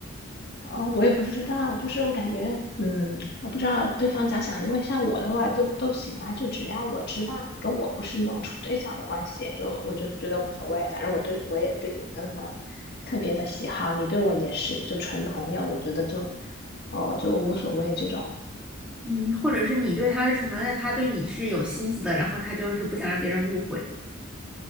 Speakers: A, on the left (about 50°); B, in the centre.
A: 哦，我也不知道，就是我感觉，嗯，我不知道对方咋想，因为像我的话就都行啊，就只要我知道你跟我不是那种处对象的关系，就我就觉得无所谓，反正我对我也对你没有什么特别的喜好，你对我也是，就纯朋友，我觉得就，哦，就无所谓这种，
B: 嗯，或者是你对他是纯朋友，但他对你是有心思的，然后他就是不想让别人误会。